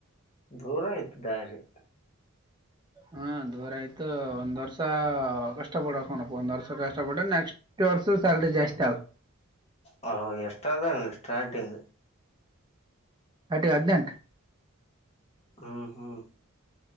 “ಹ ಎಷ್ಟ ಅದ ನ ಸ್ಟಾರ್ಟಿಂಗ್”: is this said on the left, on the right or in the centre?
Left